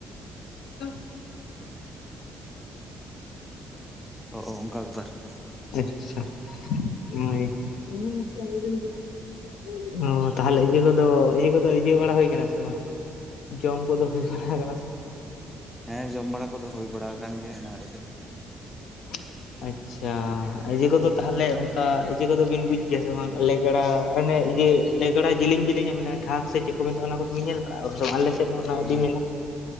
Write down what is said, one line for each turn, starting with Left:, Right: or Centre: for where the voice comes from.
Left: <inaudible>
Centre: <inaudible> ᱚ ᱚᱱᱠᱟ ᱵᱮᱯᱟᱨ ᱾
Left: ᱟᱪᱪᱷᱟ, ᱦᱳᱭ ᱾ <inaudible> ᱚ ᱛᱟᱦᱚᱞᱮ ᱤᱭᱟᱹ ᱠᱚᱫᱚ ᱤᱭᱟᱹ ᱠᱚᱫᱚ ᱤᱭᱟᱹ ᱵᱟᱲᱟ ᱦᱩᱭ ᱟᱠᱟᱱᱟ ᱥᱮ ᱵᱟᱝ? ᱡᱚᱢ ᱠᱚᱫᱚ ᱦᱩᱭ ᱵᱟᱲᱟ ᱟᱠᱟᱱᱟ ᱥᱮ ᱵᱟᱝ?
Centre: ᱦᱮᱸ ᱡᱚᱢ ᱵᱟᱲᱟ ᱠᱚᱫᱚ ᱦᱩᱭ ᱵᱟᱲᱟ ᱟᱠᱟᱱ ᱜᱮᱭᱟ ᱮᱱᱟᱝ ᱨᱮᱜᱮ ᱾
Left: <unintelligible> ᱟᱪᱪᱷᱟ ᱤᱭᱟᱹ ᱠᱚᱫᱚ ᱛᱟᱦᱚᱞᱮ ᱚᱱᱠᱟ ᱤᱭᱟᱹ ᱠᱚᱫᱚ ᱵᱤᱱ ᱵᱩᱡᱽ ᱜᱮᱭᱟ ᱥᱮ ᱵᱟᱝ <unintelligible> ᱚᱱᱮ ᱤᱭᱟᱹ <unintelligible> ᱡᱮᱞᱮ ᱡᱮᱞᱮᱧᱟᱜ ᱢᱮᱱᱟᱜᱼᱟ ᱰᱷᱟᱠ ᱥᱮ ᱪᱮᱫ ᱠᱚ ᱢᱮᱛᱟᱜᱼᱟ ᱚᱱᱟ ᱠᱚ ᱫᱚ ᱵᱤᱱ ᱧᱮᱞ ᱵᱟᱲᱟ <unintelligible>
Centre: ᱦᱮᱸᱻ
Left: ᱢᱮᱱᱟᱜᱼᱟ